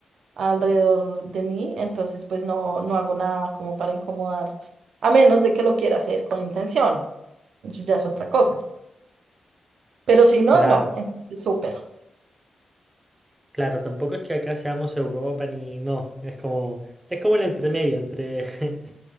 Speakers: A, on the right; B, on the right.
A: alrededor de mí, entonces pues no, no hago nada como para incomodar, a menos de que lo quiera hacer con intención, eso ya es otra cosa, pero si no,
B: Claro.
A: no, entonces súper.
B: Claro, tampoco es que acá seamos Europa ni no, es como es como el entremedio entre <laughs>